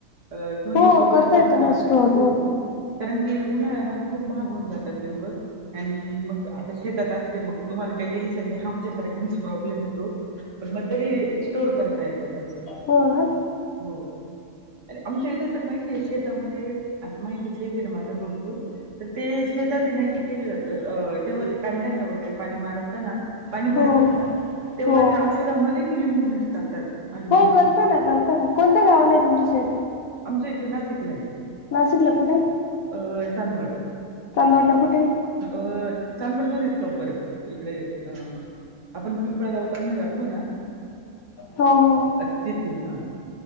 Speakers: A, on the right; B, on the left.
A: किंवा
B: हो
A: युट्यूब वर
B: करता
A: सर्च
B: येतो
A: करा,
B: ना स्टोर
A: हो. कारण की उन्हाळ्यामध्ये खूप महाग होऊन जातात लिंब. आणि मग आता शेतात असले मग तुम्हाला काही टेन्शन नाही आमच्यासारख्यांच प्रॉब्लेम आहे. पण म तरी स्टोर करता येतात असं,
B: हो ना
A: हो. अर आमच्या इथं तर माहिती आहे शेतामध्ये, आता माहेरी शेत आहे ना माझा भरपूर. तर ते शेतात हे ना हे केलं जातं अ जेव्हा ते कांद्यांना वगैरे पाणी मारताना पाणी
B: हो
A: भरतात ना. तेव्हा
B: हो
A: त्या औषधामधी ती लिंबू मिक्स करतात. माझी भाऊन
B: हो करता
A: ते
B: ना, करताना कोणत्या गावाला आहे तुमच शेत?
A: आमचं इकडे नाशिकला हाय.
B: नाशिकला कुठं?
A: अ, चांदवड.
B: चांदवडला कुठे?
A: अ, चांदवड मध्येच प्रॉपर हाय. इकडे अ आपण पिंप जातो ना,
B: हो हो
A: तिथे हा.